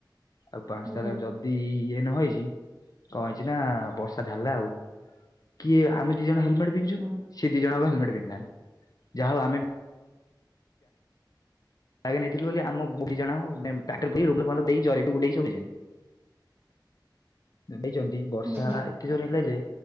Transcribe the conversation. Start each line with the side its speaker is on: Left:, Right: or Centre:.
Left: ଆଉ ପାଞ୍ଚଟା
Right: ହୁଁ
Left: ହେଲା ଯ ଦି ଇଏ ନହେଇଚି କଣ ହେଇଚି ନା ବର୍ଷା ଢଳିଲା ଆଉ। କିଏ ଆମେ ଦି ଜଣ ହେଲେମେଟେ ପିନ୍ଧଛୁ
Right: ହୁଁ
Left: ସେ ଦି ଜଣଙ୍କ ହେଲେମେଟେ ପିନ୍ଧିନାହାନ୍ତି ଯାହାହଉ ଆମେ। ନେଇଥିଲୁ ବୋଲି ଆମ ଦୁି ଜଣ ଜିବେଇବ <unintelligible> ଦେଇଛନ୍ତି ବର୍ଷା
Right: ହୁଁ
Left: ଏତେ ଜୋରେ ହେଲା ଯେ